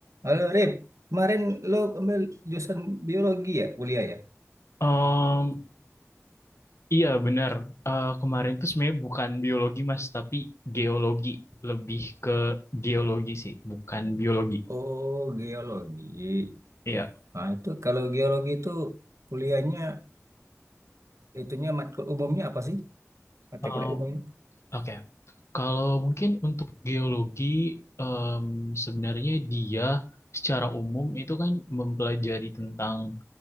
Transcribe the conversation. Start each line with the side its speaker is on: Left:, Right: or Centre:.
Right: Halo Rip, kemarin lo ambil jurusan biologi ya, kuliah ya?
Left: Em, iya benar. Eh, kemarin tuh sebenarnya bukan biologi Mas, tapi geologi. Lebih ke geologi sih, bukan biologi.
Right: Oh, geologi.
Left: Iya.
Right: Nah, itu kalau geologi itu kuliahnya, itunya matkul umumnya apa sih? Mata
Left: Em,
Right: kuliah umumnya.
Left: Oke. Kalau mungkin untuk geologi, em, sebenarnya dia secara umum itu kan mempelajari tentang